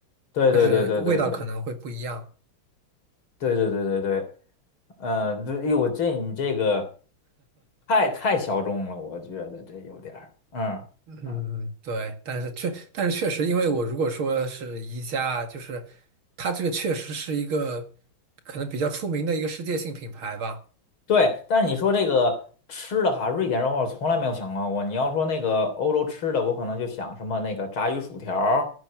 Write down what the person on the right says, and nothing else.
呃味道可能会不一样。
嗯，对，但是确，但是确实，因为我如果说是宜家啊，就是它这个确实是一个可能比较出名的一个世界性品牌吧。